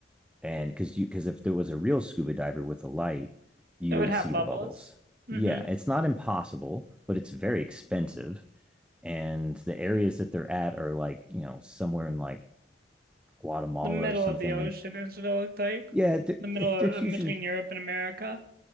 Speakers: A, in the centre; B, on the right (about 50°).
A: and because you because if there was a real scuba diver with a light you
B: It would
A: would
B: have
A: see
B: bubbles.
A: the bubbles
B: Mm-hmm.
A: yeah it's not impossible but it's very expensive and the areas that they're at are like you know somewhere in like guatemala
B: The middle
A: or something
B: of the ocean
A: and
B: is what it looked like.
A: yeah
B: The middle
A: it's,
B: of,
A: it's usually
B: in between Europe and America.